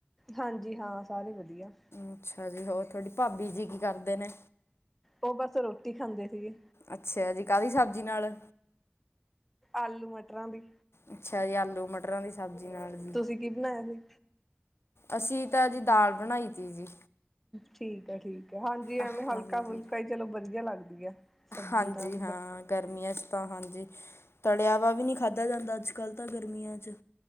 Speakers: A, in the centre; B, on the left.
A: ਹਾਂਜੀ ਹਾਂ ਸਾਰੇ ਵਧੀਆ
B: ਅੱਛਾ ਜੀ ਹੋਰ ਤੁਥਹਾਡੀ ਭਾਬੀ ਜੀ ਕੀ ਕਰਦੇ ਨੇ
A: ਉਹ ਬਸ ਰੋਟੀ ਖਾਂਦੇ ਸੀਗੇ
B: ਅੱਛਾ ਜੀ ਕਾਹਦੀ ਸਬਜ਼ੀ ਨਾਲ
A: ਆਲੂ ਮਟਰਾਂ ਦੀ
B: ਅੱਛਾ ਜੀ ਆਲੂ ਮਟਰਾਂ ਦੀ ਸਬਜ਼ੀ ਨਾਲ ਜੀ।
A: ਤੁਸੀਂ ਕੀ ਬਣਾਇਆ ਸੀ
B: ਅਸੀਂ ਤਾਂ ਜੀ ਦਾਲ ਬਣਾਈ ਤੀ ਜੀ
A: ਠੀਕ ਹੈ ਠੀਕ ਹੈ ਹਾਂਜੀ ਐਵੇਂ
B: ਹਾਂਜੀ
A: ਹਲਕਾ ਫੁਲਕਾ ਹੀ ਚਲੋ ਵਧੀਆ ਲੱਗਦੀ ਹੈ। ਸਬਜ਼ੀ
B: ਹਾਂਜੀ
A: ਤਾਂ
B: ਹਾਂ ਗਰਮੀਆਂ ਚ ਤਾਂ ਹਾਂਜੀ ਤਲਿਆ ਵ ਵੀ ਨਹੀਂੀ ਖਾਦਾ ਜਾਂਦਾ ਤਾਂ ਅੱਜ ਕਲ ਗਰਮੀਆਂ ਵਿਚ